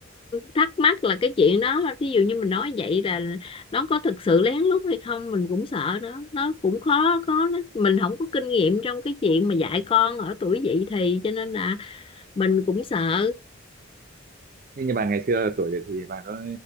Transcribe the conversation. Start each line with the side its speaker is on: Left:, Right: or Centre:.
Left: thắc mắc là cái chuyện đó ví dụ như mình nói vậy là nó có thực sự lén lút hay không mình cũng sợ đó nó cũng khó có nó mình không có kinh nghiệm trong cái chuyện mà dạy con ở tuổi dậy thì cho nên là mình cũng sợ
Right: nhưng như bà ngày xưa ở tuổi đấy thì bà có